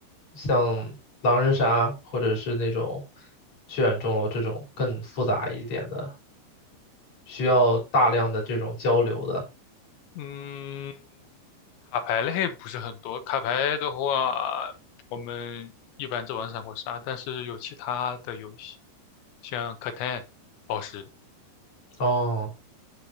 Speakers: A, on the left; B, on the left.
A: 像狼人杀，或者是那种血染钟楼这种更复杂一点的，需要大量的这种交流的。
B: 嗯，卡牌类不是很多。卡牌的话，我们一般只玩三国杀，但是有其他的游戏，像 Catan、宝石。
A: 哦，